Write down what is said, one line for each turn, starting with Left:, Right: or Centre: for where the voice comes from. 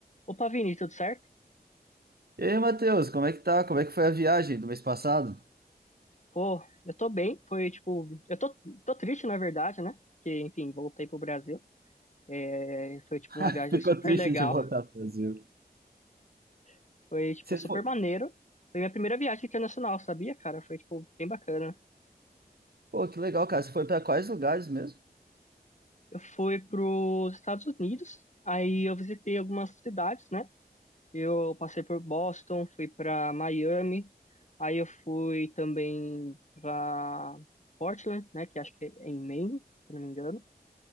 Left: Opa, Vini, tudo certo?
Right: E aí, Matheus, como é que tá? Como é que foi a viagem do mês passado?
Left: Pô, eu tô bem. Foi tipo, eu tô, tô triste, na verdade, né? Que, enfim, voltei pro Brasil. É, foi tipo
Right: <laughs>
Left: uma viagem
Right: Ficou
Left: super
Right: triste
Left: legal.
Right: de voltar pro Brasil.
Left: <laughs> Foi tipo
Right: Você
Left: super
Right: foi?
Left: maneiro. Foi minha primeira viagem internacional, sabia, cara? Foi tipo bem bacana.
Right: Pô, que legal, cara. Você foi pra quais lugares mesmo?
Left: Eu fui pros Estados Unidos. Aí eu visitei algumas cidades, né? Eu passei por Boston, fui pra Miami. Aí eu fui também pra Portland, né? Que acho que é em Maine, se não me engano.